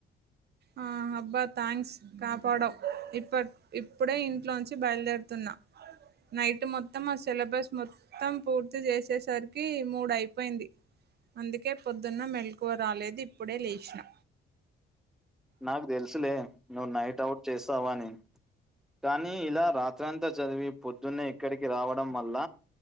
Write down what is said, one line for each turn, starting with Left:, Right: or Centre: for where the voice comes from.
Right: ఆ అబ్బా థ్యాంక్స్ కాపాడావ్ ఇప్పట్ ఇప్పుడే ఇంట్లో నుంచి బయలుదేరుతున్నా నైట్ మొత్తం మా సిలబస్ మొత్ త్తం పూర్తి చేసేసరికి మూడు అయిపోయింది అందుకే పొద్దున్న మెలకువ రాలేదు ఇప్పుడే లేస్నా
Centre: నాకు తెలుసులే నువ్వు నైట్ అవుట్ చేస్తావని కానీ ఇలా రాత్రి అంతా చదివి పొద్దున్నే ఇక్కడికి రావడం వల్ల